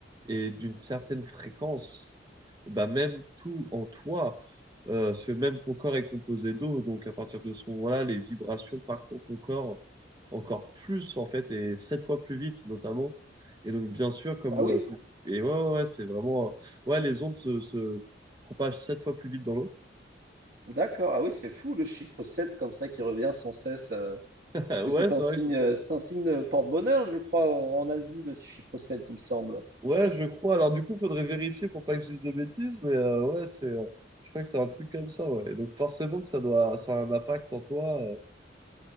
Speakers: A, on the right (about 20°); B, on the right (about 55°).
A: est d'une certaine fréquence, bah même tout en toi, euh, parce que même ton corps est composé d'eau, donc à partir de ce moment-là, les vibrations parcourent ton corps encore plus en fait et sept fois plus vite notamment. Et donc bien sûr comme
B: Ah
A: euh,
B: oui?
A: ton- et ouais ouais ouais, c'est vraiment euh, ouais les ondes se, se propagent sept fois plus vite dans l'eau.
B: D'accord. Ah oui, c'est fou le chiffre 7 comme ça qui revient sans cesse. euh,
A: <laughs>
B: que
A: Ouais
B: c'est
A: c'est
B: un signe,
A: vrai. que
B: euh, c'est un signe euh, porte-bonheur, je crois, en, en Asie, le chiffre 7, il me semble.
A: Ouais je crois. Alors du coup faudrait vérifier pour pas que je dise de bêtises, mais euh, ouais c'est euh, je crois que c'est un truc comme ça ouais. Et donc forcément que ça doit ça a un impact en toi.